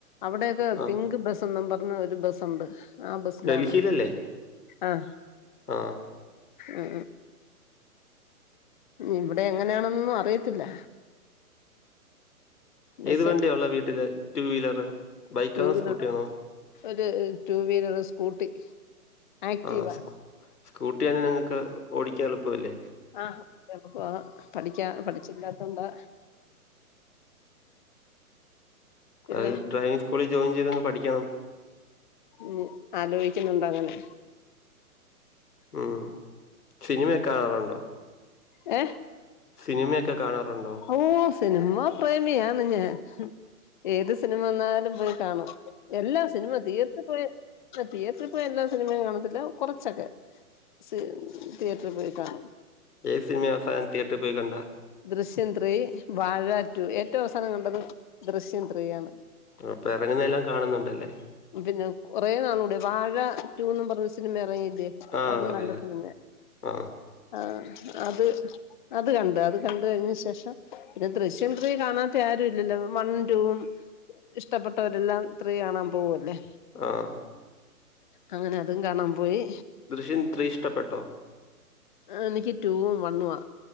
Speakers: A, on the left; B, on the left.
A: അവിടെ അത്
B: ആ
A: പിങ്ക് ബസ്സും പറഞ്ഞ ഒരു ബസ്സുണ്ട് ആ ബസ്സിലാണ്
B: ഡൽഹിയിലല്ലേ?
A: ആഹ്
B: ആ
A: ആ ആ ഇവിടെ എങ്ങനെയാണന്നും അറിയത്തില്ല ബസ്
B: ഏത് വണ്ടിയ ഉള്ള വീട്ടില് ടു വീലർ ബൈക്കാണോ
A: ടു വീലർ
B: സ്കൂട്ടിയാണോ?
A: ഒരു ടു വീലർ സ്കൂട്ടി ആക്റ്റീവ
B: ആ സ്കൂട്ടി‌ക്കി നിങ്ങൾക്ക് ഓടിക്കാൻ എളുപ്പല്ലേ
A: ആഹ് എളുപ്പമാ പഠിക്കാ പഠിച്ചില്ലാത്തോണ്ട് പിന്നെ
B: അത് ഡ്രൈവിംഗ് സ്കൂളിൽ ജോയിൻ ചെയ്തന്ന് പഠിക്കണം
A: ഉ ആലോചിക്കുന്നുണ്ട് അങ്ങനെ
B: ഉം സിനിമയൊക്കെ കാണാറുണ്ടോ?
A: ഏ
B: സിനിമയൊക്കെ കാണാറുണ്ടോ?
A: ഓ സിനിമ പ്രേമിയാണ് ഞാൻ ഏത് സിനിമന്നാലും പോയി കാണും. എല്ലാ സിനിമ തിയേറ്ററിൽ പോയി തിയേറ്ററിൽ പോയി എല്ലാ സിനിമയും കാണത്തില്ല കുറച്ചൊക്കെ സിൻ തിയേറ്ററിൽ പോയി കാണാം
B: ഏത് സിനിമയാ അവസാനം തിയേറ്റർ പോയി കണ്ടാ
A: ദൃശ്യം ത്രീ വാഴ ടു ഏറ്റവും അവസാനം കണ്ടത് ദൃശ്യം ത്രീയണ്.
B: അപ്പം ഇറങ്ങുന്നതെല്ലാം കാണുന്നുണ്ടല്ലേ
A: പിന്നെ കൊറെ നാൾ കൂടെ വാഴ റ്റുന്ന് പറഞ്ഞ സിനിമ ഇറങ്ങില്ലേ
B: ആ
A: അതും
B: അറിയാം.
A: നല്ല സിനിമ
B: ആ.
A: ആ അത് അത് കണ്ട് അത് കണ്ട് കഴിഞ്ഞ ശേഷം പിന്നെ ദൃശ്യം ത്രീ കാണാത്ത ആരും ഇല്ലല്ലോ വൺ ടു ഇഷ്ടപ്പെട്ടവരെല്ലാം ത്രീ കാണാൻ പോവല്ലേ
B: ആഹ്.
A: അങ്ങനതും കാണാൻ പോയി.
B: ദൃശ്യം ത്രീ ഇഷ്ടപ്പെട്ടോ?
A: എനിക്ക് റ്റൂവും വണ്ണുവാ